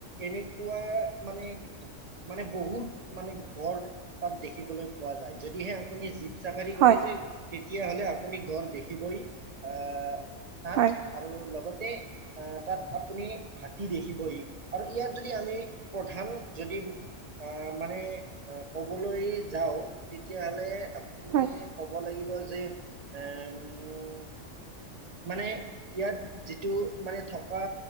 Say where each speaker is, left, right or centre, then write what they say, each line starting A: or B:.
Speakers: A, on the right; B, on the right.
A: এনেকুৱা মানে মানে বহুত মানে গড় তাত দেখিবলৈ পোৱা যায় যদিহে আপুনি চাফাৰী
B: হয়
A: কৰিছিল তেতিয়াহলে আপুনি গড় দেখিবই এ তাত
B: হয়
A: আৰু লগতে আ তাত আপুনি হাতী দেখিবই আৰু ইয়াত যদি আমি প্ৰধান যদি অ' মানে ক'বলৈ যাওঁ তেতিয়াহ'লে আপুনি
B: হয়
A: ক'ব লাগিব যে এ মোক মানে ইয়াত যিটো মানে থকা